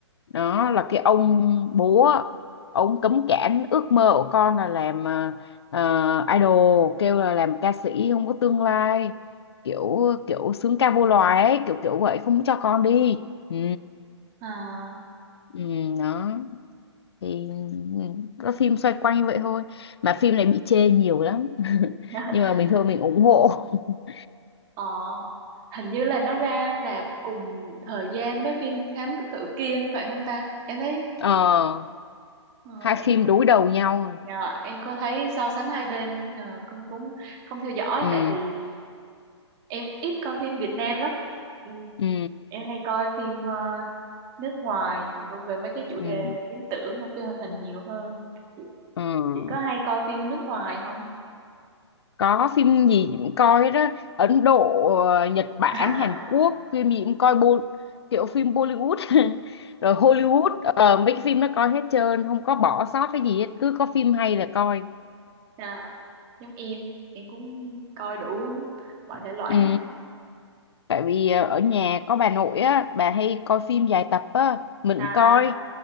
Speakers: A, on the left; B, on the right.
A: đó là cái ông bố á, ông cấm cản ước mơ của con là làm ờ, ờ, idol kêu là làm ca sĩ không có tương lai kiểu kiểu sướng ca vô loài ấy kiểu kiểu vậy không cho con đi ừ
B: à,
A: ừ đó thì các phim xoay quanh như vậy thôi mà phim này bị chê nhiều lắm <laughs>
B: <laughs>
A: nhưng mà mình thôi mình ủng hộ <laughs>
B: ờ, hình như là nó ra rạp cùng thời gian với phim Thám Tử Kiên phải không ta em thấy
A: ờ
B: ờ,
A: hai phim
B: em có
A: đối đầu nhau à.
B: Dạ, em có thấy so sánh hai bên ờ, con cũng không theo dõi
A: ừ
B: tại vì em ít coi phim Việt Nam lắm ừ.
A: ừ
B: em hay coi phim ờ, nước ngoài về mấy cái chủ
A: ừ
B: đề viễn tưởng hoặc phim hoạt hình nhiều hơn chị,
A: ừ
B: chị có hay coi phim nước ngoài không
A: có phim gì cũng coi hết á Ấn Độ ờ, Nhật Bản
B: <laughs>
A: Hàn Quốc phim gì cũng coi bo kiểu phim Bollywood <laughs> rồi Hollywood ờ, mấy cái phim nó coi hết trơn không có bỏ sót cái gì hết cứ có phim hay là coi
B: à, giống em em cũng coi đủ mọi thể loại
A: ừ
B: hết
A: tại vì ờ, ở nhà có bà nội á bà hay coi phim dài tập á mình
B: à
A: coi